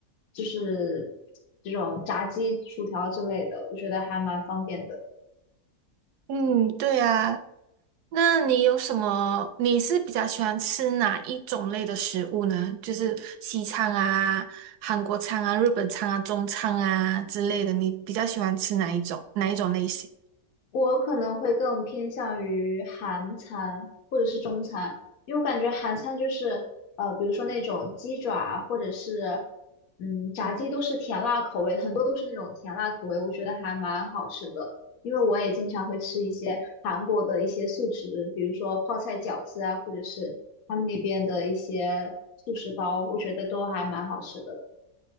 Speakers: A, on the left (about 70°); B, on the right (about 90°).
A: 就是这种炸鸡、薯条之类的，我觉得还蛮方便的。
B: 嗯，对啊。那你有什么？你是比较喜欢吃哪一种类的食物呢？就是西餐啊、韩国餐啊、日本餐啊、中餐啊之类的，你比较喜欢吃哪一种？哪一种类型？
A: 我可能会更偏向于韩餐或者是中餐，因为我感觉韩餐就是呃，比如说那种鸡爪啊或者是嗯炸鸡都是甜辣口味，很多都是那种甜辣口味，我觉得还蛮好吃的。因为我也经常会吃一些韩国的一些素食，比如说泡菜饺子啊，或者是他们那边的一些素食包，我觉得都还蛮好吃的。